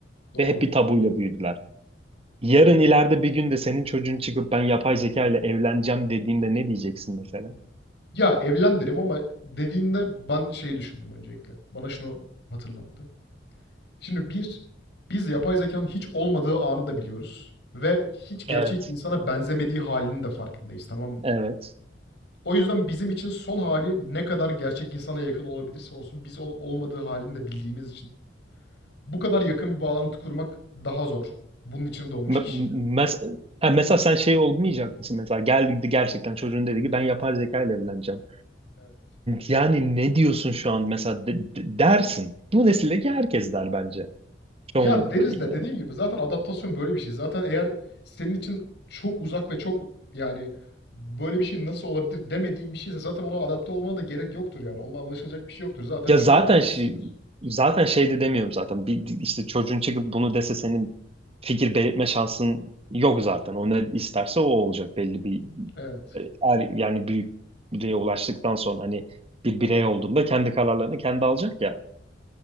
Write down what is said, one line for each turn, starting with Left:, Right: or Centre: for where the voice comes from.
Left: Doğru.
Right: Ve hep bir tabuyla büyüdüler. Yarın ileride bir gün de senin çocuğun çıkıp ben yapay zeka ile evleneceğim dediğinde ne diyeceksin mesela?
Left: Ya evlen derim ama dediğinde ben şeyi düşündüm öncelikle. Bana şunu hatırlattı. Şimdi bir, biz yapay zekanın hiç olmadığı anı da biliyoruz. Ve hiç gerçek
Right: Evet.
Left: insana benzemediği halinin de farkındayız, tamam mı?
Right: Evet.
Left: O yüzden bizim için son hali ne kadar gerçek insana yakın olabilirse olsun biz onun olmadığı halini de bildiğimiz için bu kadar yakın bir bağlantı kurmak daha zor. Bunun için doğmuş
Right: Me-
Left: kişiyle.
Right: mes- ha, mesela sen şey olmayacak mısın? Mesela geldi gerçekten çocuğun dedi ki ben yapay zeka ile evleneceğim.
Left: Evet.
Right: Yani ne diyorsun şu an mesela de- de- dersin. Bu nesildeki herkes der bence. Çoğunlukla
Left: Ya deriz
Right: diyeyim
Left: de
Right: yani.
Left: dediğim gibi zaten adaptasyon böyle bir şey. Zaten eğer senin için çok uzak ve çok yani böyle bir şey nasıl olabilir demediğin bir şeyse zaten ona adapte olmana da gerek yoktur yani. Onunla anlaşılacak bir şey yoktur. Zaten
Right: Ya
Left: çoğunu
Right: zaten
Left: anlamışsındır.
Right: şey, zaten şey de demiyorum zaten. Bir, işte çocuğun çıkıp bunu dese senin fikir belirtme şansın yok zaten. O ne isterse o olacak belli bir
Left: Evet.
Right: e, er, yani büyüklüğe ulaştıktan sonra hani bir birey olduğunda kendi kararlarını kendi alacak ya.